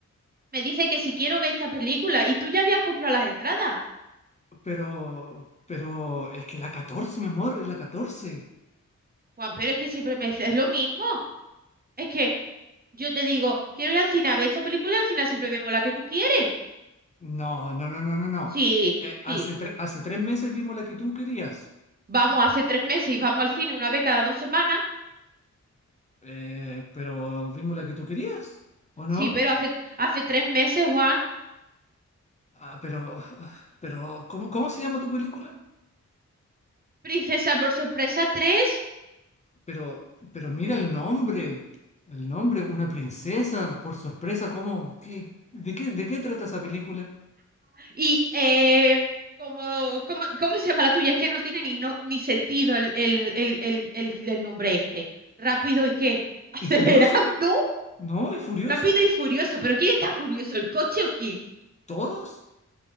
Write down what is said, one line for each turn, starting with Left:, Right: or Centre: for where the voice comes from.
Right: me dice que si quiero ver esta película y tú ya habías comprado las entradas.
Left: Pero, pero es que la catorce mi amor, es la catorce
Right: Juan, pero es que siempre me dices lo mismo. Es que yo te digo, quiero ir al cine a ver esta película y al final siempre vemos la que tú quieres.
Left: No, no, no, no, no, no.
Right: Sí,
Left: Eh, hace,
Right: sí.
Left: tre- hace tres meses vimos la que tú querías.
Right: Vamos hace tres meses y vamos al cine una vez cada dos semanas.
Left: Eh, pero vimos la que tú querías, ¿o no?
Right: Sí, pero hace, hace tres meses, Juan.
Left: Ah, pero, <sighs> pero, ¿cómo, cómo se llama tu película?
Right: Princesa por sorpresa tres.
Left: Pero, pero mira el nombre. El nombre, una princesa, por sorpresa, ¿cómo? ¿Qué, de qué, de qué trata esa película?
Right: Y eh, como, como- ¿cómo se llama la tuya? Es que no tiene ni, no, ni sentido el, el, el, el, el, el nombre este. Rápido y qué, <laughs> acelerando.
Left: ¿Y Furioso? ¿No? ¿Y Furioso?
Right: Rápido y furioso. ¿Pero quién está furioso? ¿El coche o quién?
Left: ¿Todos?